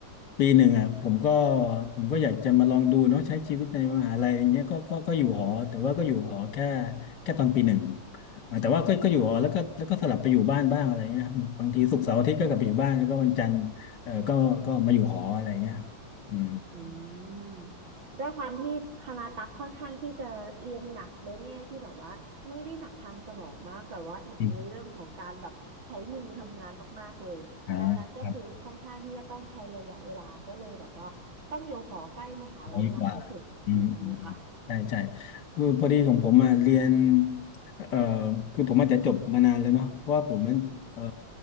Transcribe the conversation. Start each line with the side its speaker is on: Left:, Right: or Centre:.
Left: ปีหนึ่งอ่ะผมก็ผมก็อยากจะมาลองดูเนาะใช้ชีวิตในมหาลัยอย่างเงี้ยก็ก็ก็อยู่หอแต่ว่าก็อยู่หอแค่แค่ตอนปีหนึ่งอ่าแต่ว่าก็ก็อยู่หอแล้วก็แล้วก็สลับไปอยู่บ้านบ้างอะไรเงี้ยครับบางทีศุกร์เสาร์อาทิตย์ก็กลับไปอยู่บ้านแล้วก็วันจันทร์เออก็ก็มาอยู่หออะไรเงี้ยครับอืม
Right: อืมด้วยความที่คณะตักค่อนข้างที่จะเรียนหนักในแง่ที่แบบว่าไม่ได้หนักทางสมองมากแต่ว่าหนักในเรื่องของการแบบใช้มือทำงานมากๆเลยดังนั้นก็คือค่อนข้างที่จะต้องใช้ระยะเวลาก็เลยแบบว่าต้องอยู่หอใกล้มหาลัยมากที่สุดอย่างนี้ค่ะ
Left: อืมอ่า ร้อยกว่าอืมอืมอืมใช่ใช่คือพอดีของผมมาเรียนเอ่อคือผมอาจจะจบมานานแล้วเนาะเพราะว่าผมมันเอ่อ